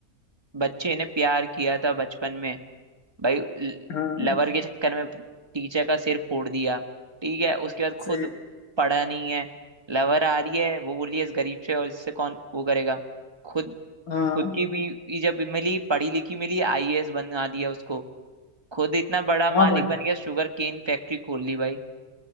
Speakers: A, on the right; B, on the left.
A: बच्चे ने प्यार किया था बचपन में भाई
B: हाँ
A: लवर के चक्कर में टीचर का सिर फोड़ दिया ठीक है उसके बाद खुद
B: सही
A: पढ़ा नहीं है लवर आ रही है वो बोली है, इस गरीब से और इससे कौन वो करेगा खुद
B: हाँ
A: खुद की भी जब मिली पढ़ी लिखी मिली आईएएस बना दिया उसको खुद इतना बड़ा
B: हाँ
A: मालिक
B: भाई
A: बन गया शुगर केन फैक्ट्री खोल ली भाई